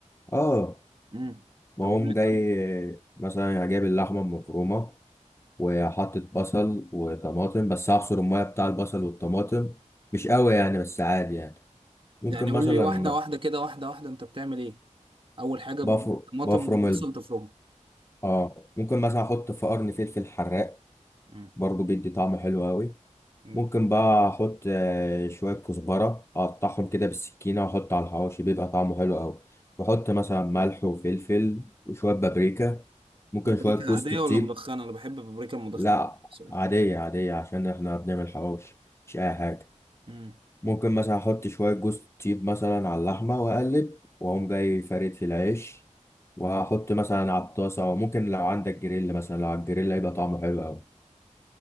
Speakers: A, on the left; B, on the right.
A: اه
B: امم
A: بقوم
B: طب قول لي الطريقه
A: جاي آه، مثلا جايب اللحمه المفرومه وحاطط بصل وطماطم بس اعصر الميه بتاع البصل والطماطم مش قوي يعني بس عادي يعني ممكن
B: يعني قول
A: مثلا
B: لي واحده واحده كده واحده واحده انت بتعمل ايه اول حاجه بتجيب
A: بفر
B: الطماطم
A: بفرم
B: والبصل
A: ال...
B: تفرمهم
A: اه ممكن مثلا احط في قرن فلفل حراق
B: امم
A: برضو بيدي طعم حلو قوي
B: امم
A: ممكن بقى احط آه، شويه كزبره اقطعهم كده بالسكينه واحط على الحواوشي بيبقى طعمه حلو قوي واحط مثلا ملح وفلفل وشويه بابريكا ممكن
B: بابريكا
A: شويه جوز
B: عاديه
A: الطيب
B: ولا مدخنه انا بحب بابريكا مدخنه
A: لا
B: بصراحه
A: عاديه عاديه عشان احنا بنعمل حواوشي مش اي حاجه
B: امم
A: ممكن مثلا احط شويه جوز الطيب مثلا على اللحمه واقلب واقوم جاي فارد في العيش واحط مثلا على الطاسه وممكن لو عندك جريل مثلا لو على الجريل هيبقى طعمه حلو قوي